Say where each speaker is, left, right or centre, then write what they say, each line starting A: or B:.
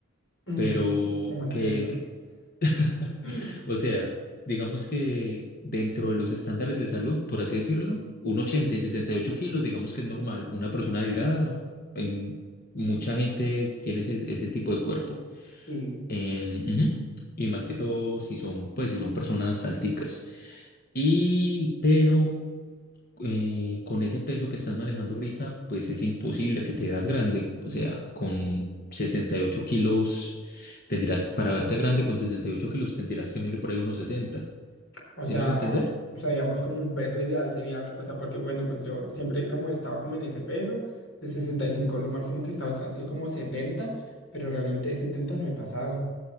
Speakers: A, on the left (about 85°); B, on the left (about 50°).
A: Mm,
B: Pero
A: Como como así,
B: que,
A: ¿no?
B: que- <laughs>
A: <clears throat>
B: o sea, digamos que dentro de los estándares de salud, por así decirlo, un ochenta
A: Sí,
B: y 68 kilos, digamos que es normal. Una persona delgada, en mucha gente tiene ese, ese tipo de cuerpo.
A: sí.
B: Em, ujú. Y más que todo, si son, pues, si son personas alticas. Y, pero eh, con ese peso que estás manejando ahorita, pues es imposible que te veas grande. O sea, con 68 kilos tendrías, para verte grande con 68 kilos tendrías que medir por ahí unos 60.
A: O
B: ¿Sí
A: sea,
B: me hago entender?
A: O sea, digamos como un peso ideal sería, que- o sea, porque bueno, pues yo siempre como estaba como en ese peso de sesenta y cinco lo máximo que estaba es- ha sido como setenta pero realmente de 70 no he pasado.